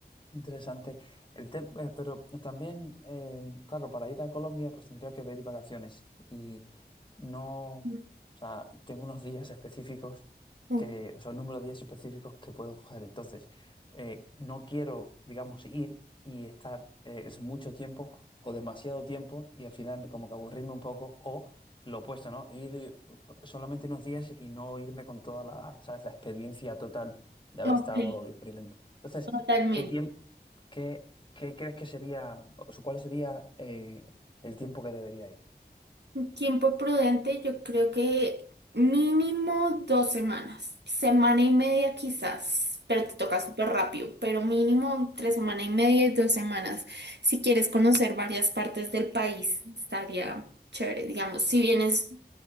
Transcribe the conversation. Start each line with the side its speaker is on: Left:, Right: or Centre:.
Left: Interesante. El te- eh, pero también, eh, claro, para ir a Colombia, pues tendría que pedir vacaciones. Y no, o
Right: Mm,
Left: sea, tengo unos días específicos
Right: Ok,
Left: que, o sea, un número de días específicos que puedo coger. Entonces, eh, no quiero, digamos, ir y estar eh, es mucho tiempo o demasiado tiempo y al final como que aburrirme un poco o lo opuesto, ¿no? Ir eh, solamente unos días y no irme con toda la, ¿sabes? La experiencia total de
Right: Ok,
Left: haber estado experimentando. Entonces,
Right: totalmente.
Left: ¿Qué tiempo, qué, qué crees que sería, o sea, cuál sería eh, el tiempo que debería ir?
Right: Tiempo prudente, yo creo que mínimo dos semanas, semana y media quizás, pero te toca súper rápido, pero mínimo entre semana y media y dos semanas. Si quieres conocer varias partes del país, estaría chévere. Digamos, si vienes